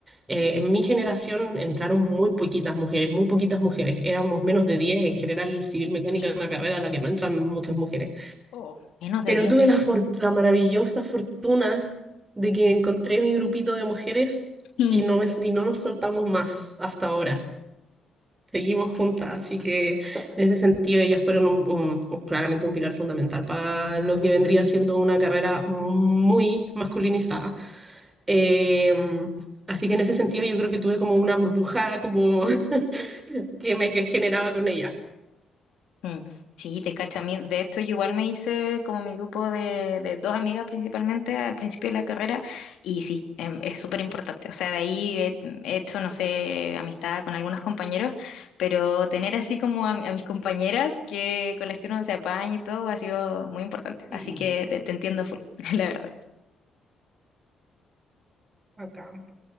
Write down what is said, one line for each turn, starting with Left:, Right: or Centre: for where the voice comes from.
Right: eh, en mi generación entraron muy poquitas mujeres, muy poquitas mujeres, éramos menos de diez en general civil mecánica
Left: <sniffs>
Right: es una carrera a la que no entran muchas mujeres,
Left: Oh. menos
Right: pero
Left: de diez.
Right: tuve la, for- la maravillosa fortuna de que encontré mi grupito de mujeres
Left: <laughs>
Right: y no, me- y no nos soltamos más hasta ahora seguimos juntas, así que en ese sentido ellas fueron un- un- un- claramente un pilar fundamental para lo que vendría siendo una carrera muy masculinizada. Eh, así que en ese sentido yo creo que tuve como una burbuja como <laughs> que me que generaba con ellas.
Left: Mm, Sí, te cacho a mí. De hecho, yo igual me hice como mi grupo de, de dos amigas principalmente al principio de la carrera y sí, em, es súper importante. O sea, de ahí he, he hecho, no sé, amistad con algunos compañeros, pero tener así como a, a mis compañeras que, con las que uno se apaña y todo ha sido muy importante.
Right: Y
Left: Así que te, te entiendo full, <laughs> la verdad.
Right: acá,